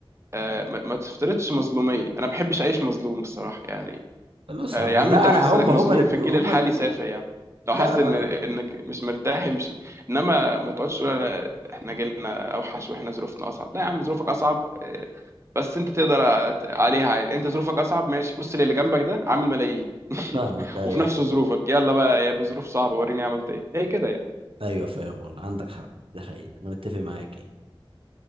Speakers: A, on the right (about 30°); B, on the right (about 70°).
A: آه، ما ما تفترضش مظلوميه انا ما بحبش اعيش مظلوم الصراحه يعني
B: بص
A: آه،
B: انا
A: يا عم
B: أنا- لا
A: انت لو
B: انا
A: حاسس
B: هم
A: انك
B: هم
A: مظلوم
B: اللي بي...
A: في الجيل
B: هم
A: الحالي
B: ال-
A: سافر يا عم لو
B: لا
A: حاسس
B: لا
A: ان انك مش مرتاح امشي انما ما تقعدش تقول أنا- احنا جيلنا اوحش واحنا ظروفنا اصعب لا يا عم ظروفك اصعب آه، بس انت تقدر أت- عليها عادي انت ظروفك اصعب ماشي بص للي جنبك ده عامل ملايين <laughs>
B: فاهمك ايوه
A: وفي نفس
B: فاهم
A: ظروفك يلا بقى يا ابو ظروف صعبه وريني عملت ايه هي كده يعني
B: ايوه فاهم والله عندك حق ده حقيقي انا متفق معاك يعني